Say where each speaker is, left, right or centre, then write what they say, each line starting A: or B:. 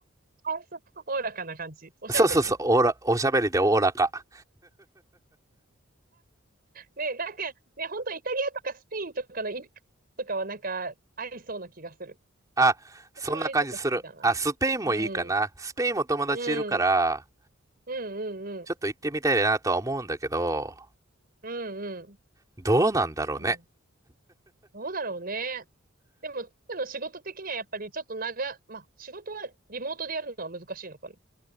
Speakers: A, on the right; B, on the right.
A: あそうおおらかな感じ。おしゃべり。
B: そうそうそう、おおら、おしゃべりでおおらか。
A: ね、なんか、ね、本当イタリアとかスペインとかのイルカとかはなんか、合いそうな気がする。
B: あ、そんな感じする。
A: 私もああいうとこ好きだな。
B: あ、スペインもいいかな。
A: うん。
B: スペインも友達いるから、
A: うん。うんうんうん。
B: ちょっと行ってみたいなとは思うんだけど、
A: うんうん。
B: どうなんだろうね。
A: 確かにな。どうだろうね。でも、彼の仕事的にはやっぱりちょっと長、まあ、仕事はリモートでやるのは難しいのかな。